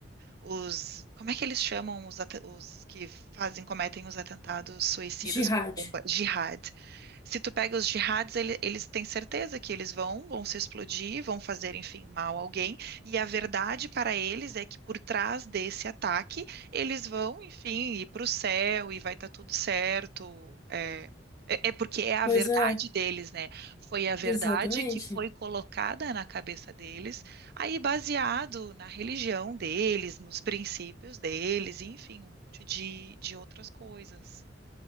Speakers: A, on the right; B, on the left.
A: os, como é que eles chamam os, ata- os que fazem, cometem os atentados suicidas
B: Jihad.
A: com bomba? Jihad. Se tu pega os jihads, ele- eles têm certeza que eles vão, vão se explodir, vão fazer, enfim, mal a alguém. E a verdade para eles é que por trás desse ataque, eles vão, enfim, ir para o céu e vai estar tudo certo. É, é é porque é a
B: Pois
A: verdade
B: é,
A: deles, né? Foi a verdade
B: exatamente.
A: que foi colocada na cabeça deles Aí, baseado na religião deles, nos princípios deles, enfim, um monte de, de outras coisas.